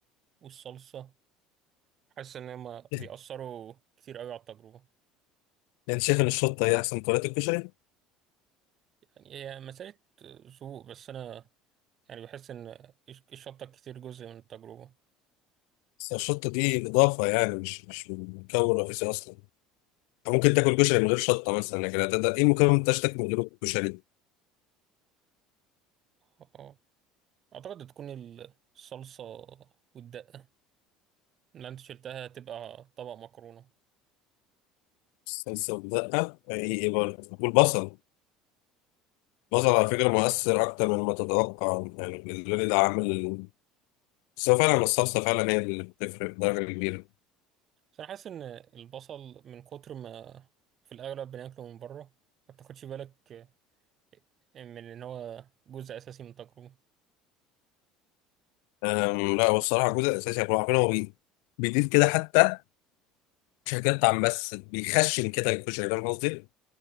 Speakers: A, on the right; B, on the left.
A: والصلصة حاسس ان هما
B: <laughs>
A: بيأثروا كتير قوي على التجربة
B: انت شايف ان الشطه هي احسن مكونات الكشري
A: يعني هي مسألة ذوق بس انا يعني بحس ان الشطة كتير جزء من التجربة
B: بس الشطه دي اضافه يعني مش مش مكون رئيسي اصلا ممكن تاكل كشري من غير شطه مثلا لكن هتقدر ايه مكون ما تاكل من غير الكشري
A: اه اعتقد تكون الصلصة والدقة اللي انت شلتها هتبقى طبق مكرونة
B: الصلصه والدقه ايه ايه برضه والبصل البصل على فكره مؤثر اكتر مما تتوقع يعني بالنسبه لي ده عامل بس هو فعلا الصلصه فعلا هي اللي بتفرق بدرجه كبيره
A: بس انا حاسس ان البصل من كتر ما في الاغلب بناكله من بره ما بتاخدش بالك من ان هو جزء اساسي من التجربة
B: أم، لا والصراحه الجزء الاساسي احنا عارفين هو بي- بيضيف كده حتى مش هيقطع بس بيخشن كده الكشري فاهم قصدي؟